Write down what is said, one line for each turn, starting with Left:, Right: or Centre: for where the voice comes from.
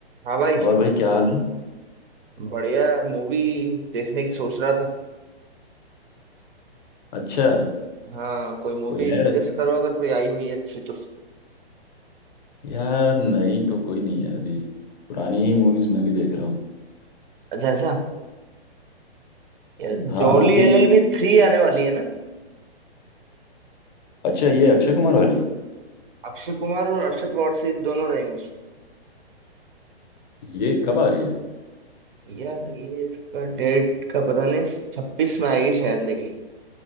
Right: हाँ भाई
Left: और भाई क्या हाल है
Right: बढ़िया मूवी देखने की सोच रहा था
Left: अच्छा
Right: हाँ कोई मूवी
Left: कोई है
Right: सजेस्ट करो अगर कोई आई हुई है अच्छी तो
Left: यार नहीं तो कोई नहीं है अभी पुरानी ही मूवीज मैं भी देख रहा हूँ
Right: अच्छा ऐसा यार
Left: हाँ
Right: जोली
Left: अभी
Right: एलएलबी थ्री आने वाली है ना
Left: अच्छा ये अक्षय कुमार वाली
Right: अक्षय कुमार और अरशद वारसी दोनों रहेंगे उसमें
Left: ये कब आ रही है
Right: यार ये इसका डेट का पता नहीं छब्बीस में आएगी शायद लेकिन